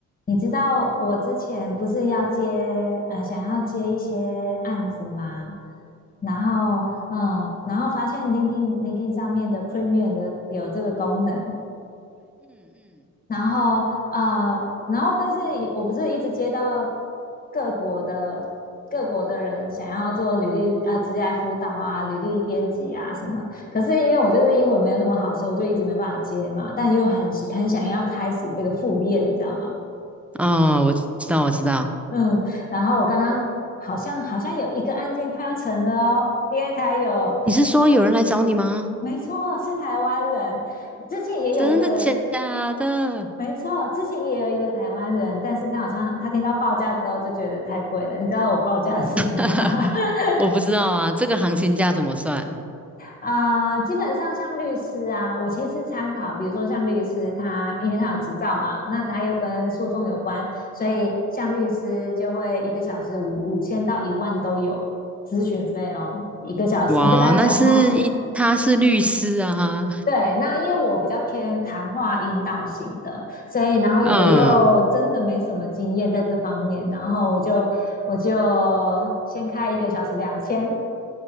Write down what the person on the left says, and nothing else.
你知道我之前不是要接呃想要接一些案子吗？然后嗯，然后发现 LinkedIn LinkedIn 上面的 Premium 的有这个功能，然后呃，然后但是我不是一直接到各国的各国的人想要做履历啊、职业辅导啊、履历编辑啊什么，可是因为我就是英文没有那么好，所以我就一直没办法接嘛，但又很喜很想要开始这个副业，你知道吗？
嗯，然后我刚刚好像好像有一个案件快要成了哦，第二台有，
没错，是台湾人。之前也有一个，
没错，之前也有一个台湾人，但是他好像他听到报价之后就觉得太贵了。你知道我报价是什么吗？
<laughs>
啊、基本上像律师啊，我其实参考，比如说像律师他，因为他有执照嘛，那他又跟诉讼有关，所以像律师就会一个小时五五千到一万都有咨询费哦，一个小时你跟他讲话，
对，那因为我比较偏谈话引导型的，所以然后我又真的没什么经验在这方面，
然后我就我就先开一个小时两千，